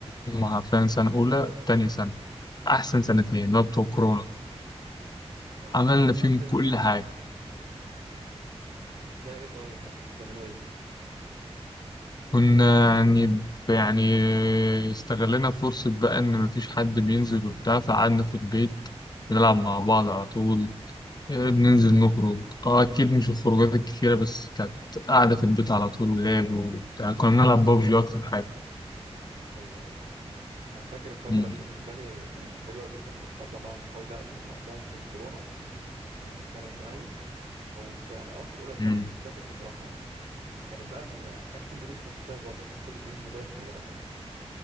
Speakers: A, on the left; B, on the right.
A: هم عارفين سنة أولى وتانية سنة أحسن سنتين
B: جميل
A: اللي هو بتوع كورونا
B: اه
A: عملنا فيهم
B: الوقت
A: كل حاجة
B: زي ايه طيب يعني كنتوا بتعملوا ايه
A: كنا يعني ب- يعني استغلنا فرصة بقى إن مفيش حد بينزل وبتاع فقعدنا في البيت بنلعب مع بعض على طول آه، بننزل نخرج اه أكيد مش الخروجات الكتيرة بس كانت قاعدة في البيت على طول ولعب وبتاع كنا بنلعب بابجي أكتر حاجة
B: ايوه ايوه انا فاكر الفتره
A: مم.
B: دي بالنسبه لي اللي كانت حلوه جدا كنت بطلع معاهم اصحابي بقى لان وقتها في الكورونا آه، في تانية ثانوي او في اواخر اولى ثانوي
A: مم.
B: مش فاكر بصراحه يعني كانت بقى ال- ما كانش في دروس خصوصيه بره كانت كل الدروس موجوده في المدرسه